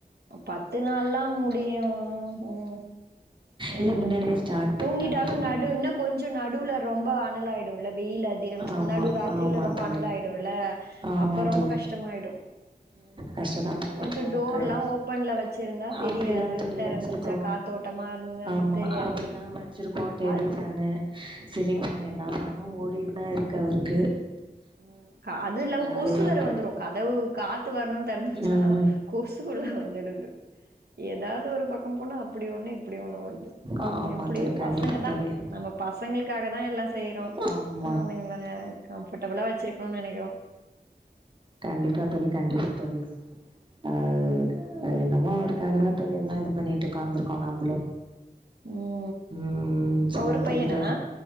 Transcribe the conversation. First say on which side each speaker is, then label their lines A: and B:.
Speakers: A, on the right (about 80°); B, on the right (about 30°).
A: பத்து நாள்லா முடியு ம் ம்
B: இல்ல மின்னாடியே ஸ்டார்ட் பண்ட்டாங்க
A: தூங்கிட்டாலு
B: தோழி
A: நடு இன்னு கொஞ்சோ நடுவுல ரொம்ப அனலாயிடு வெயில் அதிகம்
B: ஆமா
A: நடு ராத்திரில
B: ஆமா
A: ரொம்ப
B: தோழி
A: அனலாயிடுல்ல
B: ஆமா
A: அப்ப ரொம்ப
B: தோழி
A: கஷ்டமாயிடு ம்
B: கஷ்டதா பட்றாப்புல
A: கொஞ்சோ டோர்லா
B: அ
A: ஓப்பன்ல வச்சிருந்தா தெரியாது
B: அப்டிதா தோழி
A: தெறந்து
B: வச்சிருக்கோ
A: வெச்சா காத்தோட்டமா
B: ஆமா
A: தெரியாது
B: அப்படிதா வச்சிருக்கோ டேபிள்
A: அ
B: ஃபேனு சிலிங் ஃபேன் எல்லா ஃபேனுமே ஓடிட்டுதா இருக் கு அவுருக்கு
A: ம் க அது இல்லாம கொசு
B: அழுவாரு
A: வேற வந்துரு கதவு காத்து வரணுன் தெறந்து வெச்சா
B: ம்
A: கொசு உள்ள வந்துடுது எதாவுது ஒரு பக்கம் போனா அப்டி ஒண்ணு இப்டி ஒண்ணு வருது
B: ஆமா
A: எப்டியோ
B: தோழி கண்டிப்பா
A: பசங்க தா
B: தோழி
A: நம்ம பசங்ளுக்காகதா எல்லா செய்யறோ
B: ஆமா
A: அதுங்கள கம் உள வச்சிருக்கோணு நெனைக்கிறோ
B: கண்டிப்பா தோழி கண்டிப்பா தோழி ஆ ஆ என்னமோ இருக் துக்காக தா தோழி எல்லா இது பண்ணிட்டு உக்காந்துருக்கோ நம்பளும்
A: ம்
B: ம் சொல்லுங்க
A: ஒரு பையனா
B: தோழி இப்பவே